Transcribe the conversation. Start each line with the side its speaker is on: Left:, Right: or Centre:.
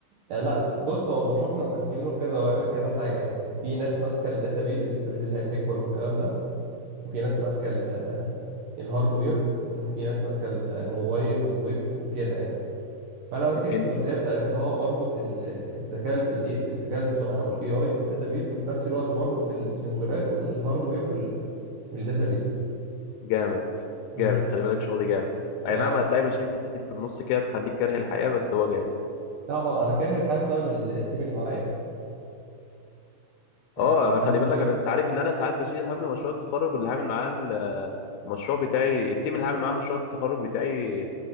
Right: آه، لا س- بص هو المشروع احنا مقسمينه لكذا وا- لكذا حاجه يعني في ناس ماسكه الداتابيز الداتابيز اللي هي سيكوال والكلام ده وفي ناس ماسكة ال- الهاردوير وفي ناس ماسكة الموبايل والويب وكده يعني فأنا ماسك
Left: إيه؟ أنت
Right: الجزئية بتاعت اللي هو بربط ال- الذكاء الاي الذكاء الاصطناعي والاي اي بالداتابيز وفي نفس الوقت بربط السنسورات والهاردوير بال بالداتابيز
Left: جامد جامد
Right: امم
Left: خلي بالك شغل جامد اي
Right: اه
Left: نعم هتلاقي مشاكل كتير في النص كده تخليك كاره الحياة بس هو جامد
Right: لا هو انا كاره الحياة بسبب التيم اللي معايا يعني
Left: اه
Right: دي, دي
Left: انا خلي
Right: المشكلة
Left: بالك انا انت عارف ان انا ساعات بشيل هم مشروع التخرج اللي هعمل معاه المشروع بتاعي التيم اللي هعمل معاه مشروع التخرج بتاعي